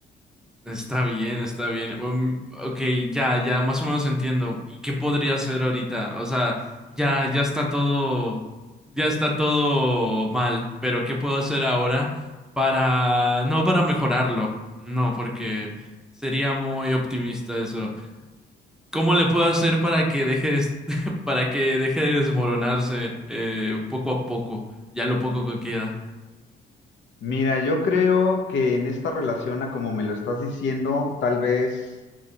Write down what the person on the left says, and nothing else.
Mira, yo creo que en esta relación, a como me lo estás diciendo, tal vez